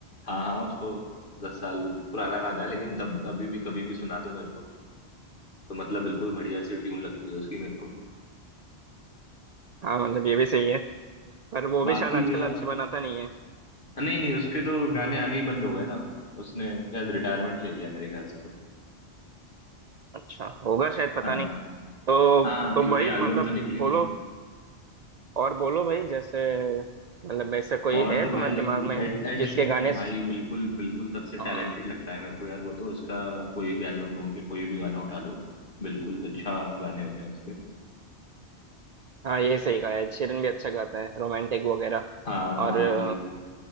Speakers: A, on the left (about 45°); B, on the right (about 55°).
A: हाँ हाँ उसको दस साल पुराना गाना है लेकिन तब अभी भी कभी भी सुना दो मेरे को तो मतलब बिल्कुल बढ़िया सी ट्यून लगती है उसकी मेरे को
B: हाँ मतलब ये भी सही है पर वो भी
A: बाकी
B: शायद आजकल
A: हाँ
B: अच्छे
A: हाँ,
B: बनाता नहीं है
A: नहीं नहीं उसके तो गाने आने ही बंद हो गए ना उसने शायद रिटायरमेंट ले लिया मेरे ख्याल से तो
B: अच्छा होगा शायद पता
A: हाँ
B: नहीं तो
A: हाँ
B: तो
A: क्योंकि
B: भाई मतलब
A: एल्बम तो निकली
B: बोलो
A: नहीं है
B: और बोलो भाई जैसे मतलब ऐसा कोई
A: और
B: है
A: तो भाई
B: तुम्हारे दिमाग में
A: एड एड
B: जिसके
A: शीरन
B: गाने
A: है भाई बिल्कुल बिल्कुल सबसे
B: हाँ
A: टैलेंटेड लगता है मेरे को यार वो तो उसका कोई भी एल्बम ढूंढ के कोई भी गाना उठा लो बिल्कुल अच्छा गाने होते हैं उसके
B: हाँ ये सही कहा है शिरन भी अच्छा गाता है रोमांटिक वगैरह
A: हाँ हाँ
B: और अ,
A: भाई